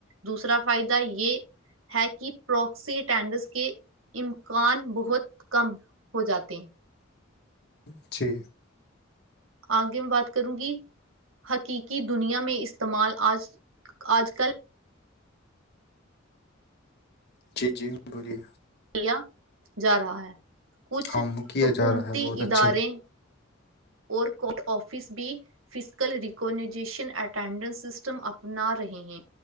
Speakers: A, on the right; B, on the left.
A: دوسرا فائدہ یہ ہے کہ پروکسی اٹینڈنس کے کان بہت کم ہو جاتے ہیں
B: اچھی
A: آگے میں بات کروں گی حقیقی دنیا میں استعمال آج آج کل
B: جی جی بولیے
A: کیا جا رہا ہے کچھ
B: ہاں کیا
A: حکومتی
B: جا رہا ہے بہت اچھے
A: ادارے اور کورٹ آفس بھی فزیکل ریکگنزیشن اٹینڈنس سسٹم اپنا رہے ہیں